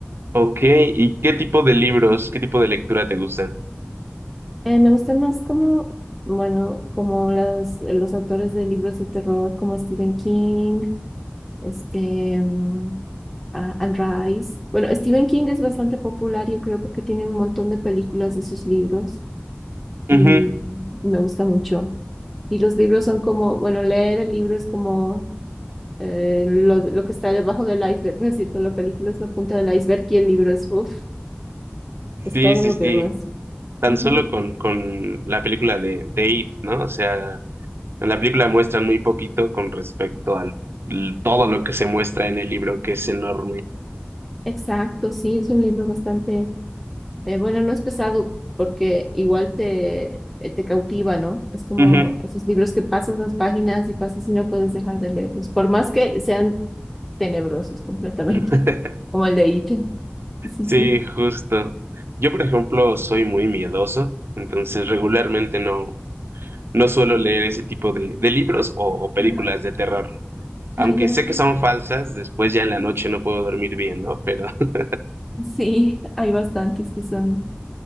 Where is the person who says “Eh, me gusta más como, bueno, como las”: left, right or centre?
Centre